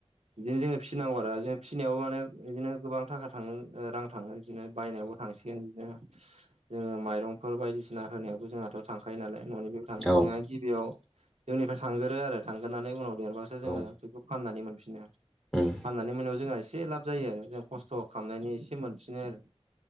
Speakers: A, on the right; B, in the centre.
A: बिदिनो जोङो फिसिनांगौ आरो जों फिसिनायावबो माने बिदिनो गोबां थाखा थाङो रां थाङो बिदिनो बायनायावबो थांसिगोन बिदिनो ओ माइरंफोर बायदिसिना होनायावबो जोंहाथ' थांखायो नालाय न'नि बे थाङो
B: औ उम औ उम औ
A: जोंहा गिबियाव जोंनिफ्राय थांगोरो आरो थांगोरोननानै उनाव देरबासो जोङो
B: औ
A: बेखौ फाननानै मोनफिनो। फाननानै
B: उम औ उम औ उम औ उम औ उम औ
A: मोनायाव जोंहा एसे लाब जायो आरो जों खस्थ' खालामनायनि एसे मोन फिनो आरो